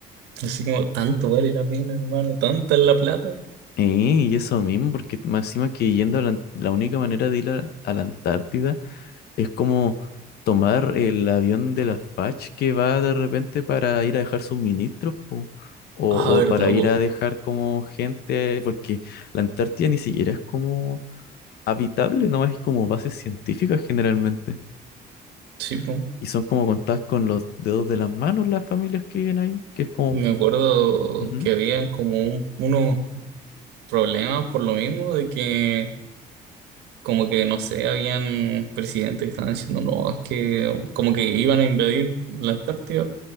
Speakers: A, on the right; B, on the left.
A: así como tanto vale la pena, hermano, tanta es la plata.
B: Eh, y eso mismo, porque más encima que yendo a la, Ant- la única manera de ir a, a la Antártida es como tomar el avión de la FACH que va de repente para ir a dejar suministros, po, O,
A: Ah, verdad,
B: o para
A: po.
B: ir a dejar como gente, porque la Antártida ni siquiera es como habitable, nomás es como bases científicas generalmente.
A: Sí, po.
B: Y son como contadas con los dedos de las manos las familias que viven ahí, que es como...
A: Me acuerdo
B: Ujú,
A: que habían como un- unos problemas por lo mismo de que, como que, no sé, habían presidentes que estaban diciendo, no, es que como que iban a invadir la Antártida